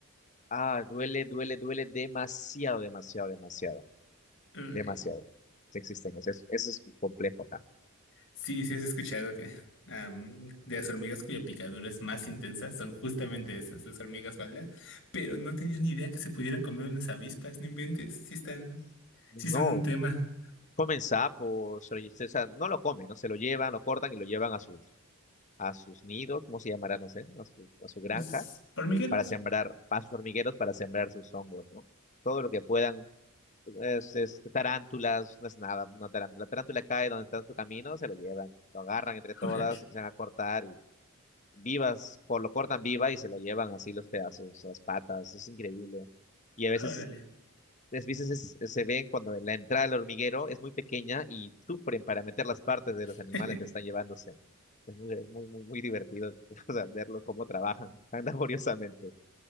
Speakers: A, on the left; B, on the left.
A: ah, duele, duele, duele demasiado, demasiado, demasiado,
B: Uy.
A: demasiado. Sí existen, o sea, es- eso es complejo acá.
B: Sí, sí has escuchado que am, de las hormigas cuya picadura es más intensa son justamente esas, las hormigas bala, pero no tenía ni idea que se pudieran comer unas avispas, no inventes, sí están,
A: No,
B: sí son un tema.
A: comen sapos, o sea, no lo comen, ¿no? Se lo llevan, lo cortan y lo llevan a sus a sus nidos, ¿cómo se llamará? No sé, a su, a su granja,
B: Pues hormigueros,
A: para sembrar, a sus hormigueros para sembrar sus hongos, ¿no? Todo lo que puedan, es, es tarántulas, no es nada, una tarántula. La tarántula cae donde está en su camino, se lo llevan, lo agarran entre
B: <laughs>
A: todas,
B: órale,
A: empiezan a cortar y vivas, por lo cortan viva y se lo llevan así los pedazos, las patas, es increíble. Y a veces
B: órale.
A: las bices es- se ven cuando la entrada al hormiguero es muy pequeña y sufren para meter las partes de los
B: <laughs>
A: animales que están llevándose. Es muy, es muy, muy, muy divertido, <laughs> o sea, verlo cómo trabajan tan <laughs> laboriosamente.